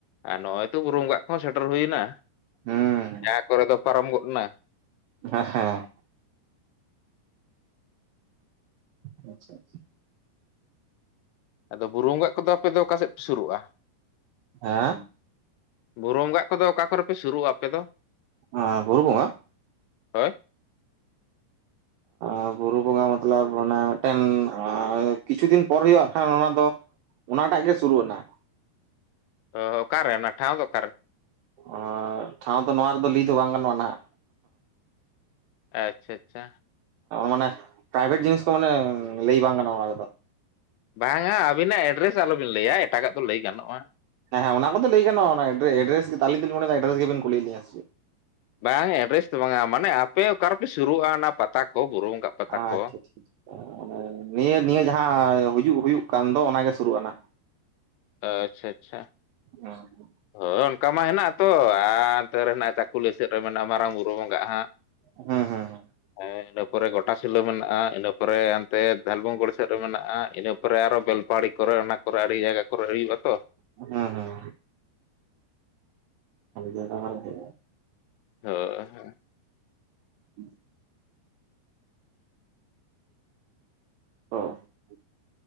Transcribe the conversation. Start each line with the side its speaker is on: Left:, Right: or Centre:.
Left: ᱟᱨ ᱱᱚᱜᱼᱚᱭ ᱛᱚ ᱵᱩᱨᱩ ᱵᱚᱸᱜᱟᱜ ᱠᱚᱦᱚᱸ ᱥᱮᱴᱮᱨ ᱦᱩᱭᱱᱟ
Right: ᱦᱮᱸ
Left: ᱡᱟᱦᱟᱸ ᱠᱚᱨᱮ ᱫᱚ ᱯᱟᱨᱚᱢ ᱜᱚᱫ ᱮᱱᱟ
Right: ᱦᱮᱸ ᱦᱮᱸ <unintelligible>
Left: ᱟᱫᱚ ᱵᱩᱨᱩ ᱵᱚᱸᱜᱟᱜ ᱠᱚᱫᱚ ᱟᱯᱮ ᱫᱚ ᱚᱠᱟ ᱥᱮᱫ ᱯᱮ ᱥᱩᱨᱩᱜᱼᱟ?
Right: ᱟᱺ
Left: ᱵᱩᱨᱩ ᱵᱚᱸᱜᱟᱜ ᱠᱚᱫᱚ ᱚᱠᱟ ᱠᱚᱨᱮ ᱯᱮ ᱥᱩᱨᱩᱜᱼᱟ ᱟᱯᱮ ᱫᱚ?
Right: ᱚ ᱵᱩᱨᱩ ᱵᱚᱸᱜᱟ
Left: ᱦᱚᱭ
Right: ᱟᱨ ᱵᱩᱨᱩ ᱵᱚᱸᱜᱟ ᱢᱚᱛᱚ ᱠᱟᱱ ᱢᱮ ᱢᱤᱫ ᱴᱮᱱ ᱠᱤᱪᱷᱩ ᱫᱤᱱ ᱯᱚᱨ ᱦᱩᱭᱩᱜ ᱠᱷᱟᱱ ᱚᱱᱟ ᱫᱚ ᱚᱱᱟᱴᱟᱜ ᱜᱮ ᱥᱩᱨᱩᱜ ᱟᱟᱱᱟᱜ
Left: ᱚ ᱚᱠᱟᱨᱮ ᱚᱱᱟ ᱴᱷᱟᱶ ᱫᱚ ᱚᱠᱟᱨᱮ?
Right: ᱚᱸ ᱴᱷᱟᱶ ᱫᱚ ᱱᱚᱣᱟ ᱨᱮᱫᱚ ᱞᱟᱹᱭ ᱫᱚ ᱵᱟᱝ ᱜᱟᱱᱚᱜᱼᱟ ᱱᱟᱦᱟᱜ
Left: ᱟᱪᱪᱷᱟ ᱟᱪᱷᱟ
Right: ᱢᱟᱱᱮ, ᱯᱨᱟᱭᱵᱷᱮᱴ ᱡᱤᱱᱤᱥ ᱠᱚ ᱢᱟᱱᱮ ᱞᱟᱹᱭ ᱵᱟᱝ ᱠᱟᱱᱟ ᱚᱱᱟ ᱨᱮᱫᱚ ᱾
Left: ᱵᱟᱝ ᱟ ᱟᱹᱵᱤᱱᱟᱜ ᱮᱰᱨᱮᱥ ᱟᱞᱚᱵᱤᱱ ᱞᱟᱹᱭ ᱟ ᱮᱴᱟᱜᱟᱜ ᱫᱚ ᱞᱟᱹᱭ ᱜᱟᱱᱚᱜᱼᱟ᱾
Right: ᱦᱮᱸᱦᱮᱸ ᱚᱱᱟ ᱠᱚᱫᱚ ᱞᱟᱹᱭ ᱜᱟᱱᱚᱜ᱾ ᱚᱱᱟ ᱮᱰᱨᱮ ᱮᱰᱨᱮᱥ ᱜᱮ ᱛᱟᱹᱞᱤᱧ ᱮᱰᱨᱮᱥ ᱜᱮᱵᱮᱱ ᱠᱩᱞᱤ ᱞᱤᱧᱟ ᱥᱮ ᱪᱮᱫ?
Left: ᱵᱟᱝ ᱮᱰᱨᱮᱥ ᱫᱚ ᱵᱟᱝᱟ ᱢᱟᱱᱮ ᱟᱯᱮ ᱚᱠᱟ ᱨᱮᱯᱮ ᱥᱩᱨᱩᱜᱼᱟ ᱚᱱᱟ ᱯᱟᱛᱟ ᱠᱚ ᱵᱩᱨᱩᱢ ᱜᱟᱜ ᱯᱟᱛᱟ
Right: ᱟᱪᱪᱷᱟ
Left: ᱠᱚ
Right: ᱟᱪᱪᱷᱟ ᱱᱤᱭᱟᱹ ᱱᱤᱭᱟᱹ ᱡᱟᱦᱟᱸ ᱦᱩᱡᱩᱜ ᱦᱩᱭᱩᱜ ᱠᱟᱱ ᱫᱚ ᱚᱱᱟᱜᱮ ᱥᱩᱨᱩᱜ ᱟᱱᱦᱟᱜ
Left: ᱟᱪᱪᱷᱟ ᱟᱪᱪᱷᱟ
Right: ᱚᱸ ᱦᱚᱸᱜ
Left: ᱦᱳᱭ ᱚᱱᱠᱟ ᱢᱟ ᱦᱮᱱᱟᱜᱼᱟ ᱛᱚ ᱟᱨ ᱚᱱᱛᱮ ᱨᱮ ᱦᱮᱱᱟᱜ ᱪᱟᱠᱩᱞᱤᱭᱟᱹ ᱥᱮᱫ ᱨᱮ ᱢᱮᱱᱟᱜᱼᱟ ᱢᱟᱨᱟᱝ ᱵᱩᱨᱩ ᱵᱚᱸᱜᱟᱜ ᱦᱟᱸᱜ
Right: ᱦᱩᱸ ᱦᱩᱸ ᱦᱩᱸ
Left: ᱦᱮᱸ ᱤᱱᱟᱹ ᱯᱚᱨᱮ ᱜᱚᱴᱟᱥᱤᱞᱟᱹ ᱢᱮᱱᱟᱜᱼᱟ ᱤᱱᱟᱹ ᱯᱚᱨᱮ ᱦᱟᱱᱛᱮ ᱫᱷᱟᱞᱵᱷᱩᱝᱜᱩᱲᱤ ᱥᱮᱫ ᱨᱮ ᱢᱮᱱᱟᱜᱼᱟ ᱤᱱᱟᱹ ᱯᱚᱨᱮ ᱯᱚᱨᱮ ᱟᱨᱚ ᱵᱮᱞᱯᱟᱦᱟᱲᱤ ᱠᱚᱨᱮ ᱚᱱᱟ ᱠᱚᱨᱮ ᱟᱹᱰᱤ ᱡᱟᱭᱜᱟ ᱠᱚᱨᱮ ᱦᱩᱭᱩᱜᱼᱟ ᱛᱚ
Right: ᱦᱮᱸ ᱦᱮᱸ <unintelligible>
Left: ᱦᱳ ᱚᱭ ᱦᱳ
Right: <inaudible> <inaudible> ᱳ <inaudible>